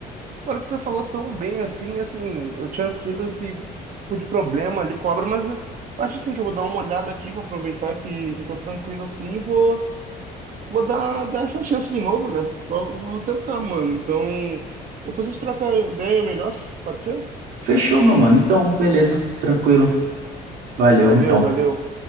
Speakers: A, on the right; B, on the right.
A: agora que você falou tão bem assim, assim, eu tinha tido esse tipo de problema ali com a obra, mas eu acho assim que eu vou dar uma olhada aqui, vou aproveitar que, que eu tô tranquilo assim, e vou, vou dar, dar essa chance de novo, né? Vou, vou tentar, mano. Então, depois a gente troca ideia melhor, pode ser?
B: Fechou, meu mano. Então, beleza, tranquilo. Valeu,
A: Valeu,
B: então.
A: valeu.